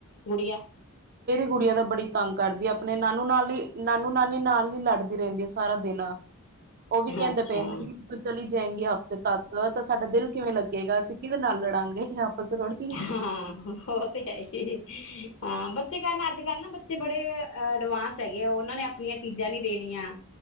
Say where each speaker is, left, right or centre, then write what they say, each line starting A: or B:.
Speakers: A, on the left; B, on the right.
A: ਗੁੜਿਆ
B: ਗੁੱਡੀਆ ਦਾ ਬੜੀ ਤੰਗ ਕਰਦੀ ਹੈ ਆਪਣੇ ਨਾਨੂ ਨਾਲ ਹੀ ਨਾਨੂ ਨਾਨੀ ਨਾਲ ਹੀ ਲੜਦੀ ਰਹਿੰਦੀ ਹੈ ਸਾਰਾ ਦਿਨ ਉਹ ਵੀ ਕਹਿੰਦੇ
A: ਅੱਛਾ
B: ਪਏ ਵੀ ਤੂੰ ਚਲੀ ਜਾਏਗੀ ਹਫ਼ ਤੇ ਤਦ ਤਾਂ ਸਾਡਾ ਦਿਲ ਕਿਵੇਂ ਲੱਗੇਗਾ ਅਸੀਂ ਕਿਹਦੇ ਨਾਲ ਲੜਾਂਗੇ ਆਪਸ ਚ ਥੋੜੀ
A: ਹਾਂ ਉਹ ਤੇ ਹੈ ਹੀ ਹਾਂ ਬ ਬੱਚੇ ਕਾਰਨ ਅੱਜ ਕੱਲ੍ਹ ਨਾ ਬੱਚੇ ਬੜੇ ਅ ਅਡਵਾਂਸ ਹੈਗੇ ਆ ਉਹਨਾਂ ਨੇ ਆਪਣੀਆਂ ਚੀਜ਼ਾਂ ਨੀ ਦੇਣੀਆਂ